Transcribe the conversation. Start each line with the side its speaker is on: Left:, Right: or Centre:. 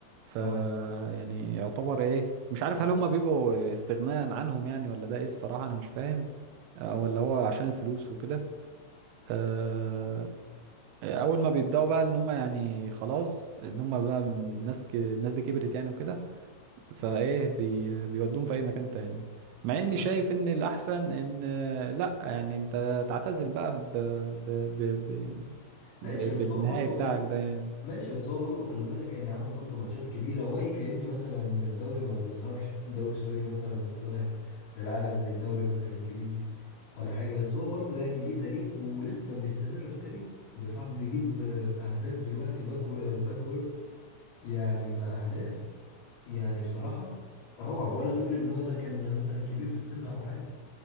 Right: ف
Left: اه
Right: يعني يعتبر ايه مش عارف هل هم بيبقوا استغناء عنهم يعني ولا ده ايه الصراحة انا مش فاهم او اللي هو عشان الفلوس وكده آه، اول ما بيبداوا بقى ان هم يعني خلاص ان هم بقى الناس ك... الناس دي كبرت يعني وكده فايه بي بيودوهم في اي مكان تاني مع اني
Left: انا
Right: شايف ان الاحسن ان آه، لا يعني انت تعتزل بقى ب... ب... ب... ب... ب...
Left: ماشي بس
Right: بالنهائي
Left: هو برضه
Right: بتاعك ده يعني
Left: ماشي بس هو برضه خلي بالك يعني عامل برضه ماتشات كبيرة وهي كأن مثلا الدوري ما بيظهرش الدوري السعودي مثلا مش ظاهر للعالم زي الدوري مثلا الإنجليزي ولا حاجة بس هو برضه يعني ليه تاريخ ولسه بيستمر في تاريخه ده صاحب بيجيب آه، أهداف دلوقتي باك آه، باكورد يعني ما أهداف يعني بصراحة روعة ولا تقول إن هو ده كان مثلا كبير في السن أو حاجة